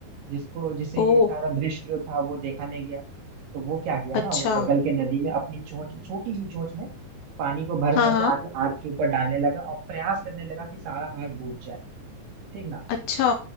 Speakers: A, on the right; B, on the left.
A: जिसको जिसे ये
B: ओ
A: सारा दृश्य जो था वो देखा नहीं गया तो वो क्या किया
B: अच्छा
A: ना वो बगल के नदी में अपनी चोंच छोटी सी चोंच में पानी को भर
B: हाँ
A: भर के
B: हाँ
A: आके आग के ऊपर डालने लगा और प्रयास करने लगा कि सारा आग बुझ जाए ठीक ना
B: अच्छा